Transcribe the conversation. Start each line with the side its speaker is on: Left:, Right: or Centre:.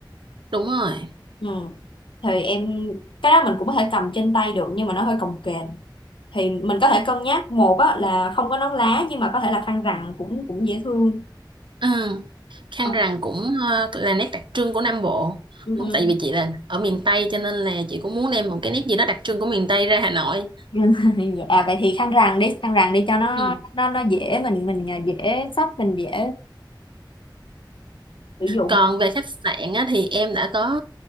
Right: đúng rồi
Left: ừ. thì em cái đó mình cũng có thể cầm trên tay được nhưng mà nó hơi cồng kềnh thì mình có thể cân nhắc một á, là không có nón lá nhưng mà có thể là khăn rằn cũng cũng dễ thương
Right: ừ. khăn
Left: Ờ,
Right: rằn cũng ờ, là nét đặc trưng của Nam Bộ
Left: ừ,
Right: không
Left: ừ.
Right: tại vì chị là ở miền Tây cho nên là chị cũng muốn đem một cái nét gì đó đặc trưng của miền Tây ra Hà Nội
Left: <laughs> dạ vậy thì khăn rằn đi khăn rằn đi cho nó
Right: ừ.
Left: nó nó dễ mình mình dễ sắp mình dễ sử dụng
Right: còn về khách sạn á, thì em đã có